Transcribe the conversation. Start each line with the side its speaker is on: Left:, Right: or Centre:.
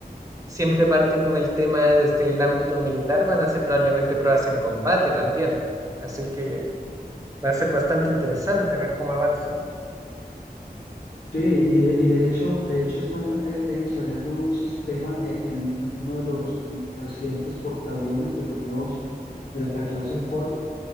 Right: siempre parten con el tema desde el ámbito militar, van a hacer probablemente pruebas en combate también. Así que va a ser bastante interesante ver cómo avanza.
Left: Sí, y de, y de hecho, de hecho están eh, ensayando un sistema en, en- en uno de los recientes portaaviones de los nuevos de la clase Ford